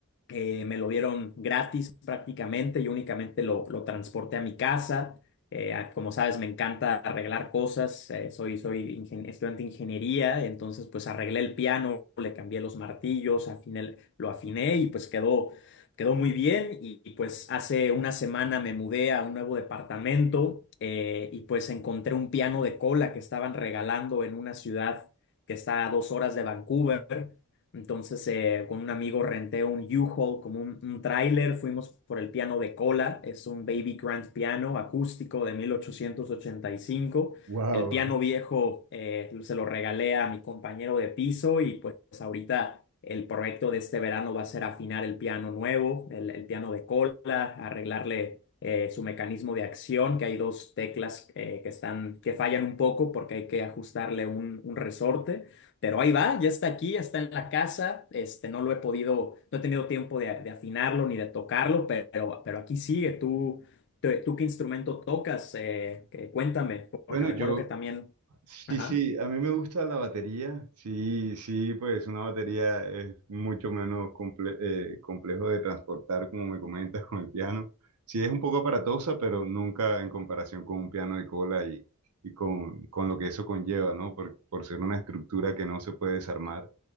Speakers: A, on the left; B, on the right.
A: Eh, me lo dieron gratis prácticamente, yo únicamente lo, lo transporté a mi casa. Eh, a- como sabes, me encanta arreglar cosas, eh, soy, soy ingen- estudiante de ingeniería, entonces pues arreglé el piano, le cambié los martillos, afiné el- lo afiné y pues quedó, quedó muy bien. Y, y, pues hace una semana me mudé a un nuevo departamento eh, y pues encontré un piano de cola que estaban regalando en una ciudad que está a dos horas de Vancouver. Entonces, eh, con un amigo renté un U-Haul, como un, un tráiler. Fuimos por el piano de cola. Es un Baby Grand Piano acústico de 1885.
B: Wow,
A: El piano viejo eh, se lo regalé a mi compañero de piso y pues pues ahorita el proyecto de este verano va a ser afinar el piano nuevo, el, el piano de cola, arreglarle eh, su mecanismo de acción, que hay dos teclas eh, que están, que fallan un poco porque hay que ajustarle un, un resorte, pero ahí va, ya está aquí, ya está en la casa, este, no lo he podido, no he tenido tiempo de, de afinarlo ni de tocarlo, pero, pero aquí sigue, tú, tú, tú qué instrumento tocas, Eh, que- cuéntame, porque
B: Bueno,
A: recuerdo
B: yo,
A: que también,
B: Sí,
A: ajá,
B: sí, a mí me gusta la batería. Sí, sí, pues una batería es mucho menos comple- eh, complejo de transportar, como me comentas, con el piano. Sí, es un poco aparatosa, pero nunca en comparación con un piano de cola y, y con, con lo que eso conlleva, ¿no? Por, por ser una estructura que no se puede desarmar.